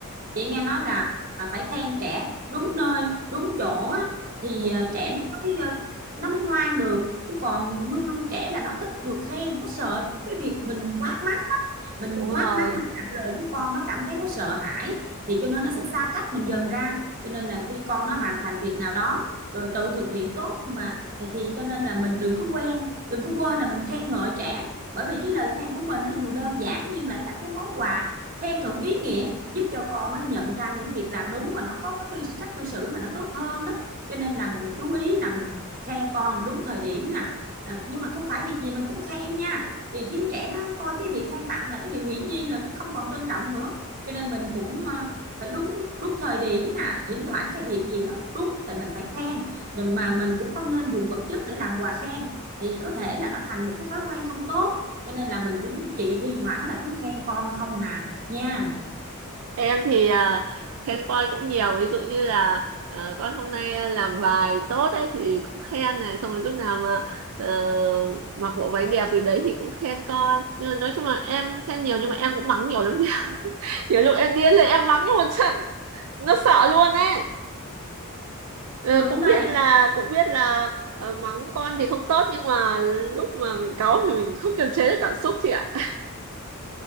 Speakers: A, on the right; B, on the right.
A: chị nghe nói là à, phải khen trẻ đúng nơi đúng chỗ á, thì
B: ừ,
A: à, trẻ nó mới à, nó mới ngoan được chứ còn luôn luôn trẻ là nó thích được khen nó sợ cái việc mình quát mắng lắm mình
B: đúng
A: quát
B: rồi
A: mắng mà cạn lời với con nó cảm thấy nó sợ hãi thì cho nên nó sẽ xa cách mình dần ra cho nên là khi con nó hoàn thành việc nào đó rồi tự thực hiện tốt mà thì cho nên là mình đừng có quen đừng có quên là mình khen ngợi trẻ bởi vì cái lời khen của mình nó dù đơn giản nhưng lại là cái món quà khen thưởng ý nghĩa giúp cho con nó nhận ra những việc làm đúng và nó có cái cư- cách cư xử mà nó tốt hơn đó cho nên là mình chú ý là mình khen con đúng thời điểm nè à, nhưng mà không phải việc gì mình cũng khen nha thì khiến trẻ nó coi cái việc khen tặng là cái điều hiển nhiên rồi nó không còn trân trọng nữa cho nên mình cũng ờ, phải đúng đúng thời điểm nè thỉnh thoảng cái việc gì nó đúng thì mình phải khen rồi mà mình cũng không nên dùng vật chất để làm quà khen thì có thể là nó thành một cái thói quen không tốt cho nên là mình cũng chị thi thoảng là cứ khen con không hà nha
B: em thì à, khen con cũng nhiều ví dụ như là ờ, con hôm nay làm bài tốt ấy thì cũng khen này xong rồi lúc nào mà ờ, mặc bộ váy đẹp gì đấy thì cũng khen con nhưng mà nói chung là em khen nhiều nhưng mà em cũng mắng nhiều lắm chứ <laughs> nhiều lúc em điên lên em mắng nhưng mà chẳng nó sợ luôn ấy Ờ,
A: đúng
B: cũng
A: đó
B: biết
A: em
B: là cũng biết là ờ, mắng con thì không tốt nhưng mà lúc mà mình cáu thì mình không kiềm chế được cảm xúc chị ạ